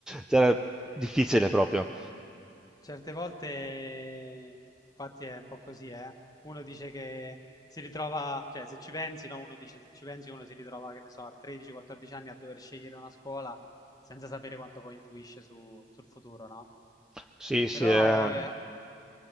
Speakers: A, in the centre; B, on the left (about 20°).
A: cioè, difficile proprio.
B: certe volte, infatti è un po' così, eh. Uno dice che si ritrova, cioè se ci pensi, no? Uno dice se ci pensi, uno si ritrova, che ne so, a 13-14 anni a dover scegliere una scuola senza sapere quanto poi influisce su- sul futuro, no?
A: Sì, sì,
B: Però,
A: è...
B: eh,